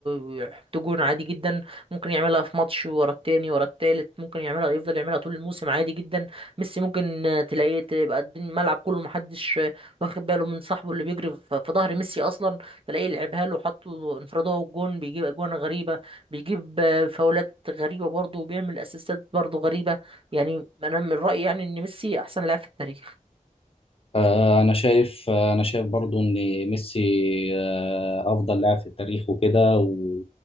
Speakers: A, on the right; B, on the left.
A: ويحط جون عادي جدا ممكن يعملها في ماتش ورا التاني ورا التالت ممكن يعملها يفضل يعملها طول الموسم عادي جدا ميسي ممكن تلاقيه تبقى الدنيا- الملعب كله محدش واخد باله من صاحبه اللي بيجري في في ظهر ميسي اصلا تلاقيه لعبها له حط له انفراد هو الجون بيجيب اجوان غريبه بيجيب آه، فاولات غريبه برضه وبيعمل اسيستات برضه غريبه يعني انا من رايي يعني ان ميسي احسن لاعب في التاريخ
B: آه، انا شايف آه، انا شايف برضو ان ميسي آه، افضل لاعب في التاريخ وكده و...